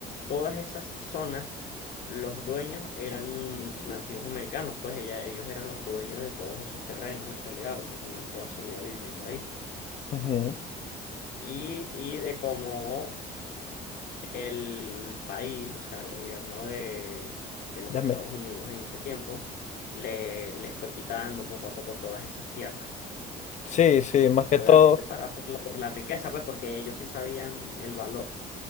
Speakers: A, on the left; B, on the left.
A: todas esas zonas, los dueños eran nativos americanos, pues ella- ellos eran los dueños de todos esos terrenos en realidad porque tenían toda su vida viviendo ahí.
B: Ujú.
A: Y, y de cómo el país, o sea, el gobierno de, de los
B: Déjame-
A: Estados Unidos en ese tiempo, le, le fue quitando poco a poco todas esas tierras.
B: Sí, sí, más que
A: Obviamente
B: todo.
A: para, por la, por la riqueza, pues porque ellos sí sabían el valor.